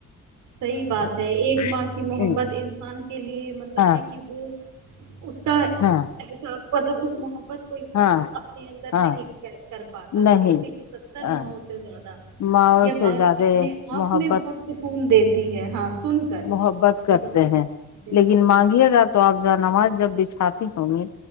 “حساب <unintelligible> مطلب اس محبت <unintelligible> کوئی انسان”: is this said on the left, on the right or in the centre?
Right